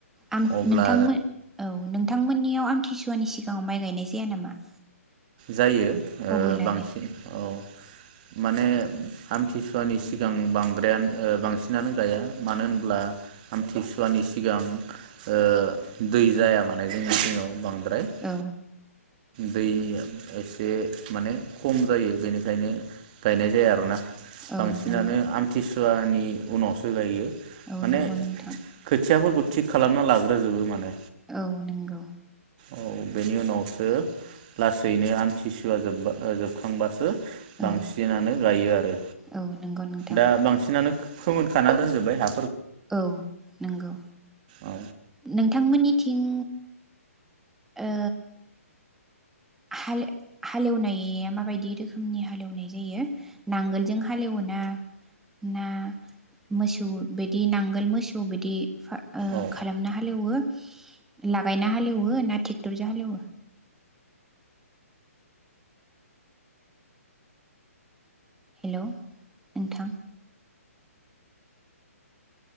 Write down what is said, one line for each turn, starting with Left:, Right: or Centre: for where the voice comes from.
Centre: आम
Right: अब्ला
Centre: नोंथांमोन औ नोंथांमोननियाव आम थिसुवानि सिगाङाव माइ गायनाय जाया नामा?
Right: जायो ओ
Centre: अबोलालाय
Right: बांसिन औ। माने आमथिसुवानि सिगां बांद्रायानो ओ बांसिनानो गाया मानो होनब्ला आमथिसुवानि सिगां ओ दै जाया माने जोंनि थिङाव बांद्राय। <unintelligible>
Centre: औ
Right: दै एसे माने खम जायो बेनिखायनो गायनाय जाया आरोना। बांसिनानो
Centre: औ नंगौ
Right: आमथिसु सुवानि उनावसो गायो।
Centre: औ
Right: माने
Centre: नंगौ नोंथां
Right: खोथियाफोरखौ थिग खालामना लाग्रोजोबो माने।
Centre: औ नंगौ।
Right: औ बेनि उनावसो लास सैनो आमथिसुवा जोब्बा जोबखांबासो बांसिनानो
Centre: औ
Right: गायो आरो
Centre: औ नंगौ नोंथां
Right: दा बांसिनानो फोमोनखाना दोनजोबबाय हा
Centre: औ नंगौ
Right: औ
Centre: नोंथांमोननि थिं ओ हाल-हालेवनाया माबायदि रोखोमनि हालेवनाय जायो? नांगोलजों हालेवना ना मोसौ बिदि नांगोल मोसौ बिदि फा ओ
Right: औ
Centre: खालामना हालेवो? लागायना हालेवो ना टेक्टरजों हालेवो? हेल' नोंथां।